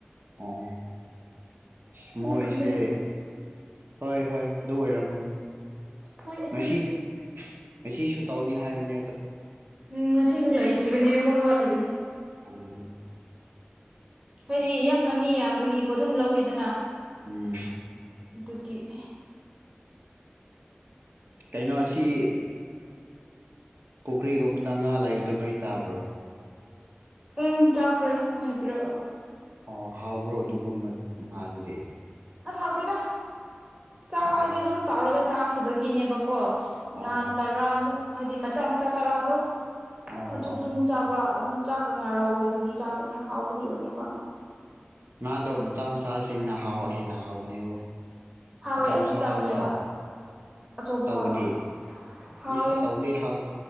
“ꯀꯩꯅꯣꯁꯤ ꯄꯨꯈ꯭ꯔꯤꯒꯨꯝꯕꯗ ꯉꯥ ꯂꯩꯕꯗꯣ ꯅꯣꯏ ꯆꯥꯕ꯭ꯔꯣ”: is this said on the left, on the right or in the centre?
Right